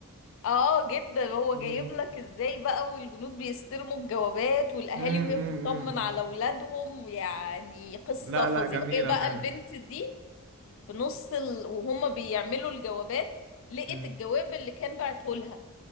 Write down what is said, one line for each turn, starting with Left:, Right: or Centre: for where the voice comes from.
Left: اه جدا هو
Right: الحرب
Left: جايب لك ازاي بقى والجنود بيستلموا الجوابات والاهالي
Right: مم،
Left: وهي
Right: مم،
Left: بتطمن
Right: مم، مم.
Left: على اولادهم يعني قصه
Right: لا
Left: فظيعه
Right: لا جميلة
Left: وهي بقى
Right: فعلا
Left: البنت دي في نص ال... وهم بيعملوا الجوابات لقت
Right: مم.
Left: الجواب اللي كان بعته لها